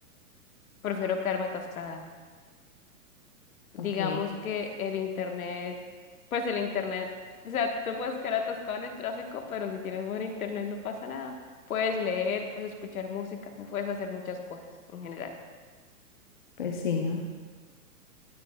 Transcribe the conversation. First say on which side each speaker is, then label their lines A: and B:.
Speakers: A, on the left (about 60°); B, on the left (about 30°).
A: prefiero quedarme atascada. digamos
B: Ok,
A: que el internet, pues el internet, o sea, tú puedes quedar atascado en el tráfico, pero si tienes buen internet no pasa nada. Puedes leer, puedes escuchar música, puedes hacer muchas cosas en general.
B: pues sí, ¿no?